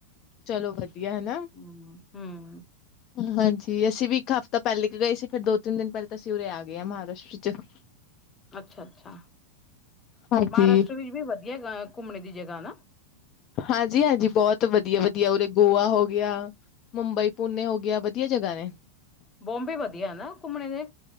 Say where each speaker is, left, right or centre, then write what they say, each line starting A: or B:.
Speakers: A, on the left; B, on the left.
A: ਚਲੋ ਵਧੀਆ, ਹੈਨਾ?
B: ਹੂੰ ਹੂੰ
A: ਹਾਂਜੀ ਅਸੀਂ ਵੀ ਇੱਕ ਹਫ਼ਤਾ ਪਹਿਲੇ ਕੇ ਗਏ ਸੀ ਫੇਰ ਦੋ-ਤਿੰਨ ਦਿਨ ਪਹਿਲੇ ਤਾਂ ਅਸੀਂ ਓਰੇ ਆ ਗਏ ਆ ਮਹਾਰਾਸ਼ਟਰ ਚ। <inaudible>
B: ਅੱਛਾ-ਅੱਛਾ,
A: ਹਾਂਜੀ।
B: ਮਹਾਰਾਸ਼ਟਰ ਵਿੱਚ ਵੀ ਵਧੀਆ ਘੁੰਮਣੇ ਦੀ ਜਗਾ ਨਾ?
A: ਹਾਂਜੀ-ਹਾਂਜੀ ਬਹੁਤ ਵਧੀਆ-ਵਧੀਆ ਓਰੇ ਗੋਆ ਹੋ ਗਿਆ। ਮੁੰਬਈ, ਪੂਨੇ ਹੋ ਗਿਆ ਵਧੀਆ ਜਗ੍ਹਾ ਨੇ।
B: ਬੋਮਬੇ ਵਧੀਐ ਨਾ ਘੁੰਮਣੇ ਦੇ